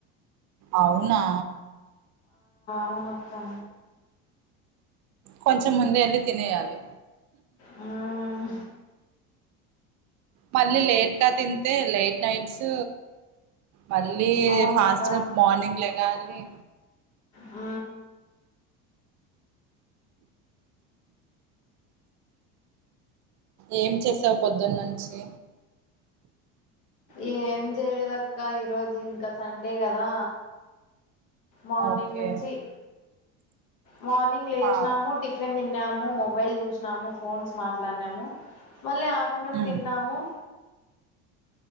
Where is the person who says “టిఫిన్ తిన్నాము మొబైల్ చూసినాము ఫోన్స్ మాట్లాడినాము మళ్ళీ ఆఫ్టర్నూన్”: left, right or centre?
Left